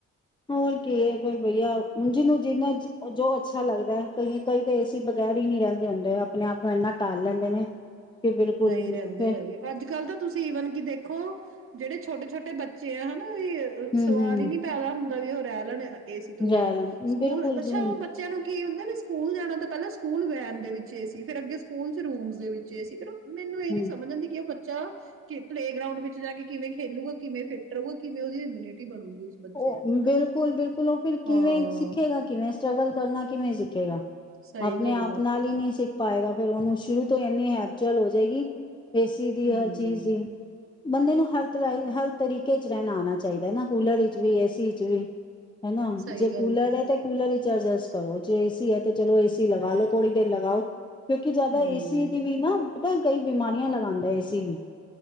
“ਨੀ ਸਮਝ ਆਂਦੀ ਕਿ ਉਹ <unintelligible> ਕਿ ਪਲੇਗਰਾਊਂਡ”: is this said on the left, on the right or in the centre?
Right